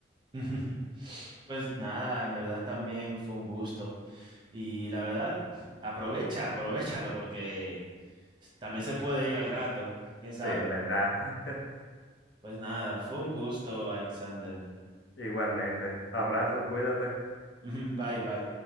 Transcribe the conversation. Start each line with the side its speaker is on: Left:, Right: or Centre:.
Right: <laughs> Pues nada, en verdad también fue un gusto. Y la verdad, aprovecha, aprovechalo porque también se puede ir al rato, quién sabe.
Left: Sí, en verdad. <laughs>
Right: Pues nada, fue un gusto, Alexander.
Left: Igualmente. Abrazos, cuídate.
Right: <laughs> Bye, bye.